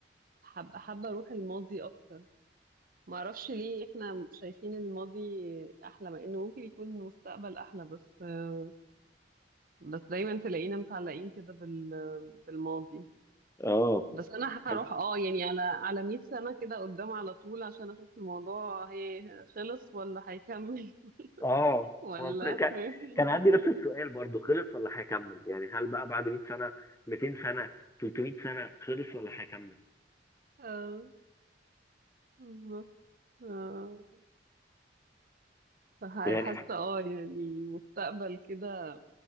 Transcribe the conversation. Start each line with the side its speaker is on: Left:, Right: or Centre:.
Right: حابه حابه اروح الماضي اكتر ما اعرفش ليه احنا شايفين الماضي احلى مع انه ممكن يكون المستقبل احلى بس آه، بس دايما تلاقينا متعلقين كده بال بالماضي
Left: اه
Right: بس انا
Left: حاج-
Right: هروح اه يعني على على 100 سنه كده قدام على طول عشان اشوف الموضوع هي خلص ولا هيكمل
Left: اه
Right: <laughs> ولا
Left: هو ك- كان
Right: <laughs> فاهم؟
Left: كان عندي نفس السؤال برضو خلص ولا هيكمل يعني هل بقى بعد 100 سنة 200 سنة 300 سنة خلص ولا هيكمل
Right: آه. بالظبط آه، فح-
Left: يعني
Right: حاسه
Left: إح-
Right: اه يعني المستقبل كده